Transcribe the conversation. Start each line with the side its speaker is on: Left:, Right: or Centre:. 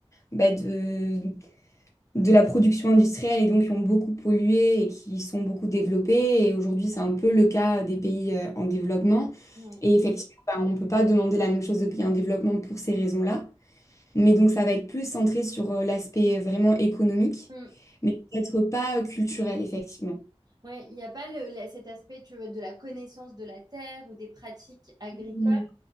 Left: bah, de, de la production industrielle et donc qui ont beaucoup pollué et qui sont beaucoup développés. Et aujourd'hui, c'est un peu le cas des pays euh, en développement.
Right: oui.
Left: Et effectivement, bah, on ne peut pas demander la même chose aux pays en développement pour ces raisons-là. Mais donc, ça va être plus centré sur euh, l'aspect euh, vraiment économique,
Right: Mm.
Left: mais peut-être pas euh, culturel, effectivement.
Right: Ouais, il n'y a pas le- la- cet aspect tu vois, de la connaissance de la terre ou des pratiques agricoles
Left: Mhm.